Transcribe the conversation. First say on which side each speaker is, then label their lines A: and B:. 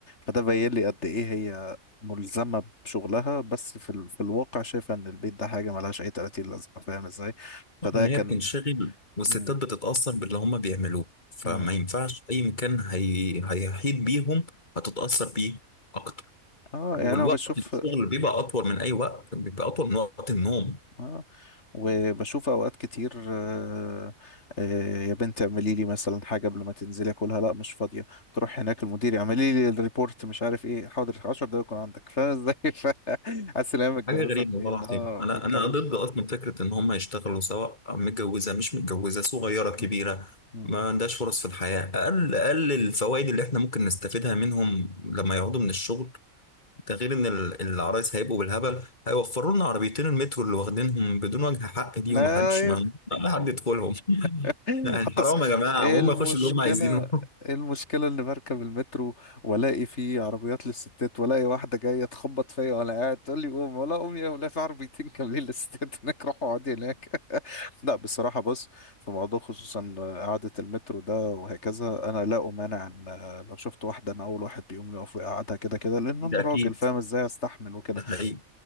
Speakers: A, on the left; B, on the left.
A: فده بين لي قد ايه هي ملزمه بشغلها بس في ال في الواقع شايفه ان البيت ده حاجه ملهاش اي 30 لازمه فاهم ازاي فده
B: بشوفها إن
A: كان
B: هي بتنشغل والستات
A: مم.
B: بتتأثر باللي هما بيعملوه فما
A: مم.
B: ينفعش أي مكان هي... هيحيط بيهم هتتأثر بيه أكتر
A: اه يعني
B: والوقت
A: انا بشوف
B: الشغل بيبقى أطول من أي وقت بيبقى أطول من وقت النوم
A: آه. وبشوف اوقات كتير آه، آه، يا بنت اعملي لي مثلا حاجه قبل ما تنزلي اكلها لا مش فاضيه تروح هناك المدير اعملي لي الريبورت مش عارف ايه حاضر 10 دقايق يكون عندك فاهم ازاي <laughs> ف- حاسس ان هي متجوزه
B: حاجة غريبة
A: اتنين
B: والله العظيم
A: اه
B: أنا
A: متجوزه
B: أنا ضد أصلا فكرة إن هم يشتغلوا سواء متجوزة مش متجوزة صغيرة كبيرة
A: مم. مم.
B: ما عندهاش فرص في الحياة أقل أقل الفوائد اللي إحنا ممكن نستفيدها منهم لما يقعدوا من الشغل ده غير إن ال- العرايس هيبقوا بالهبل هيوفروا لنا عربيتين المترو اللي واخدينهم بدون وجه حق دي ومحدش
A: ايوه
B: ما ما حد يدخلهم <laughs>
A: <laughs>
B: لا يعني
A: حتى
B: حرام
A: ص-
B: يا جماعة
A: المشكله
B: هم يخشوا اللي هم عايزينه <laughs>
A: المشكله اني بركب المترو والاقي فيه عربيات للستات والاقي واحده جايه تخبط فيا وانا قاعد تقول لي قوم ولا قوم يا ولا في عربيتين كاملين للستات هناك روحوا اقعدي هناك لا بصراحة بص في موضوع خصوصا قعدة المترو ده وهكذا أنا لا أمانع إن لو شفت واحدة أنا أول واحد بيقوم يقف ويقعدها كده كده لأن
B: ده
A: أنا
B: أكيد
A: راجل فاهم إزاي أستحمل وكده
B: ده حقيقي